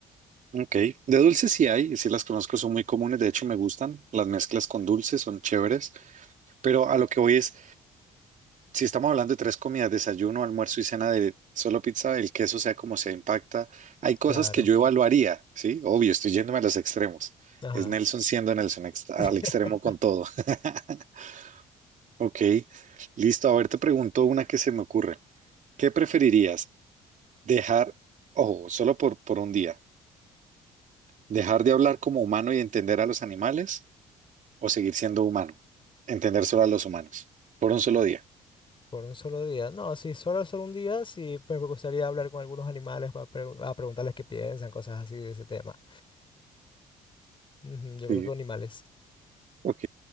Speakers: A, on the right; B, on the left.
A: Ok, de dulces sí hay, y sí las conozco, son muy comunes, de hecho me gustan, las mezclas con dulces son chéveres, pero a lo que voy es, Si estamos hablando de tres comidas, desayuno, almuerzo y cena de solo pizza, el queso sea como sea impacta, hay cosas
B: Claro.
A: que yo evaluaría, ¿sí? Obvio, estoy yéndome a los extremos.
B: Ajá.
A: Es Nelson siendo Nelson ex- al
B: <laughs>
A: extremo con todo. <laughs> Ok, listo. A ver, te pregunto una que se me ocurre. ¿Qué preferirías? Dejar, ojo, solo por, por un día, dejar de hablar como humano y entender a los animales o seguir siendo humano, entender solo a los humanos, por un solo día.
B: Por un solo día. No, sí, solo, solo un día, sí, pues me gustaría hablar con algunos animales para pre- a preguntarles qué piensan, cosas así de ese tema. Ujú, Yo
A: Sí.
B: creo que animales.
A: Ok,